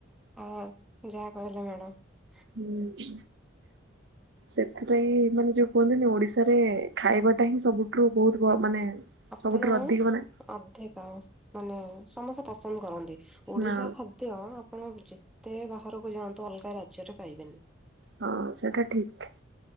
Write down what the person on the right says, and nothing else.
ହୁଁ ସେଥିପାଇଁ ମାନେ ଯୋଉ କୁହନ୍ତିନି ଓଡିଶାରେ ଖାଇବାଟା ହିଁ ସବୁଠୁ ବହୁତ ମାନେ
ସବୁଠାରୁ ଅଧିକ ମାନେ
ନା
ହଁ ସେଟା ଠିକ୍।